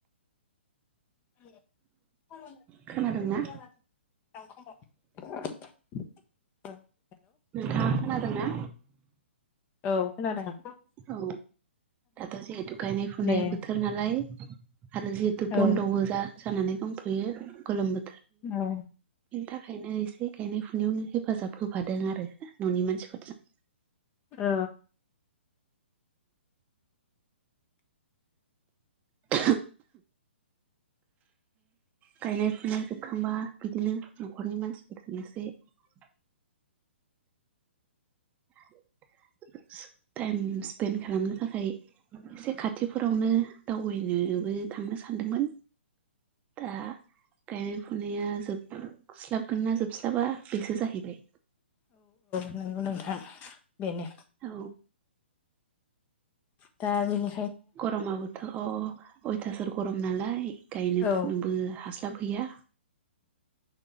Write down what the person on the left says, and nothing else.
<unintelligible>
ओ।
औ खोनादों।
दे
औ
औ।
औ।
नोंगौ नोंथां बेनो।
दा बेनो।
औ